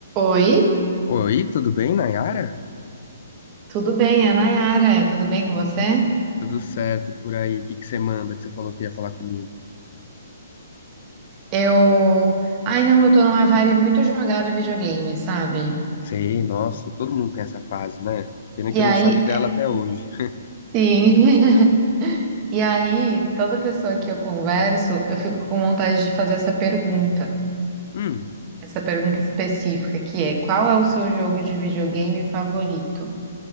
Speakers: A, on the right; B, on the left.
A: Oi,
B: Oi, tudo bem, Nayara?
A: tudo bem? É a Nayara, tudo bem com você?
B: Tudo certo por aí? O que que você manda que você falou que ia falar comigo?
A: Eu. Ai, não, eu tô numa vibe muito jogada videogame, sabe?
B: Sei, nossa, todo mundo tem essa fase, né? Pena
A: E
B: que eu
A: aí,
B: não saí dela até hoje.
A: sim. <laughs> E aí, toda pessoa que eu converso, eu fico com vontade de fazer essa pergunta,
B: <laughs>
A: essa pergunta específica, que é: qual é o seu jogo de videogame favorito?